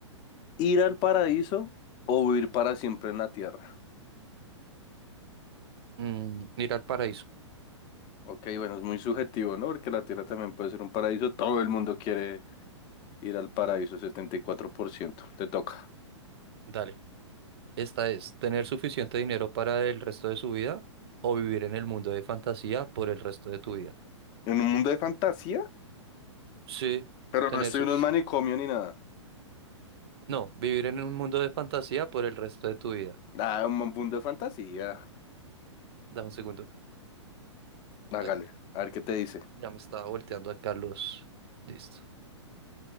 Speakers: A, on the left (about 30°); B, on the right (about 55°).
A: ¿Ir al paraíso o vivir para siempre en la tierra?
B: Mm, ir al paraíso.
A: Ok, bueno, es muy subjetivo, ¿no? Porque la tierra también puede ser un paraíso. Todo el mundo quiere ir al paraíso, 74%. Te toca.
B: Dale. Esta es tener suficiente dinero para el resto de su vida o vivir en el mundo de fantasía por el resto de tu vida.
A: En un mundo de fantasía,
B: Sí,
A: pero
B: tener
A: no estoy
B: suficiente.
A: en un manicomio ni nada.
B: No, vivir en un mundo de fantasía por el resto de tu vida.
A: Ah, un mundo de fantasía.
B: Dame un segundo.
A: Hágale,
B: Ay,
A: a ver qué te dice.
B: ya me estaba volteando a Carlos. Listo.